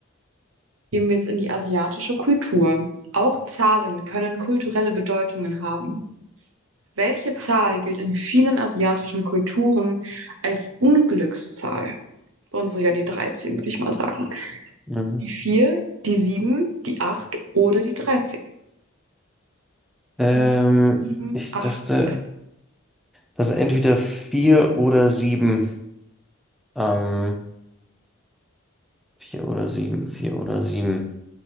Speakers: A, on the right; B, in the centre.
A: gehen wir jetzt in die asiatische Kultur. Auch Zahlen können kulturelle Bedeutungen haben. Welche Zahl gilt in vielen asiatischen Kulturen als Unglückszahl? Bei uns ist ja die 13, würde ich mal sagen.
B: Mhm.
A: Die 4, die 7, die 8 oder die 13.
B: Ähm,
A: 4, 7,
B: ich
A: 8.
B: dachte,
A: <laughs>
B: dass entweder vier oder sieben. Ähm, Vier oder sieben, vier oder sieben.